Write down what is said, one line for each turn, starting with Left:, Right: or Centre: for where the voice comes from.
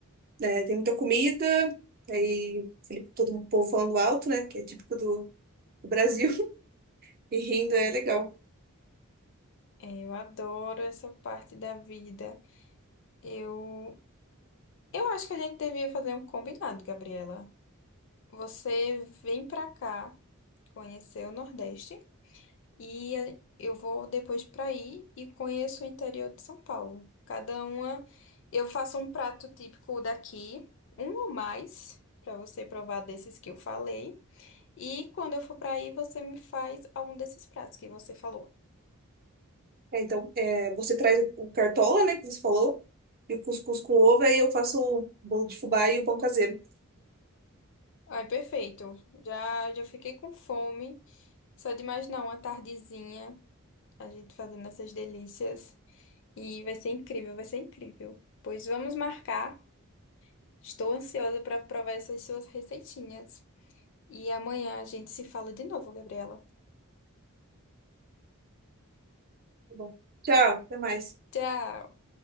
Right: né, tem muita comida, aí aquele- todo o povo falando alto, né? Que é típico do, do Brasil, <laughs> e rindo é legal.
Left: É, eu adoro essa parte da vida. Eu, eu acho que a gente devia fazer um combinado, Gabriela. Você vem pra cá conhecer o Nordeste e a- eu vou depois pra aí e conheço o interior de São Paulo. Cada uma, eu faço um prato típico daqui, um ou mais, pra você provar desses que eu falei. E quando eu for pra aí, você me faz algum desses pratos que você falou.
Right: É, então, é, você traz o, o cartola, né, que você falou, e o cuscuz com ovo, aí eu faço o bolo de fubá e o pão caseiro.
Left: Ai, perfeito. Já já fiquei com fome. Só de imaginar uma tardezinha, a gente fazendo essas delícias. E vai ser incrível, vai ser incrível. Pois vamos marcar. Estou ansiosa para provar essas suas receitinhas. E amanhã a gente se fala de novo, Gabriela.
Right: Tá bom. Tchau, até mais.
Left: Tchau!